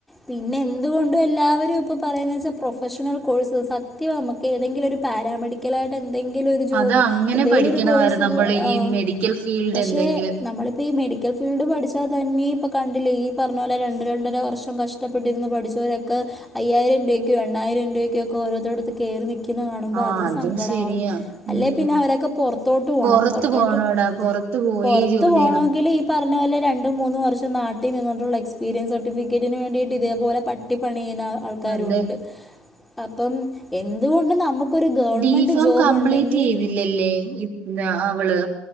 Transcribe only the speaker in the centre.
പിന്നെ എന്തുകൊണ്ടും എല്ലാവരും ഇപ്പോ പറയുന്നത് വെച്ചാൽ പ്രൊഫഷണൽ കോഴ്സ് സത്യം നമുക്ക് ഏതെങ്കിലും ഒരു പാരാമെഡി ക്കലായിട്ട് എന്തെങ്കിലും ഒരു ജോബ്
എന്തെിലും
ഒരു കോഴ്സ്
പോ ആഹ്
പക്ഷെ
നമ്മളിപ്പ ഈ മെഡിക്കൽ ഫീൽഡ് പഠിച്ചത് തന്നെ ഇപ്പ കണ്ടില്ലേ ഈ പറഞ്ഞ പോലെ രണ്ട് പ രണ്ടര വർഷം കഷ്ടപ്പെട്ടിരുന്നു പഠിച്ചവരൊക്കെ അയായിരം രൂപക്കോ എണയിരം രൂപക്ക ഒക്കെഓരോത്തോടുത്ത് കയറി നിക്ക ക്കുന്നെ കാണുമ്പോ
അതും സങ്കടവും
അല്ലെ
പിന്നെ അവരൊക്കെ പോറത്തോട്ട് പോണം
പൊറത്തോട്ട്
പൊറത്തു
പോകണങ്കില്
ഈ പറഞ്ഞ പോലെ രണ്ടും മൂന്നും വർഷം നാട്ടീ നിങ്ങോട്ടുള്ള എക്സ്പ എക്സ്പീരിയൻസ് സർട്ടിഫിക്കറ്റിന് വേണ്ടിയിട്ട് ഇതേപോലെ പട്ടിപ്പണി ചെയ്യുന്ന ആൾക്കാരും
ഉണ്ട് അപ്പം എന്തുകൊണ്ട് നമുക്ക് ഒരു ഗവൺമെന്റ്
ജോബ്
ഉണ്ടെങ്കിഏഹ്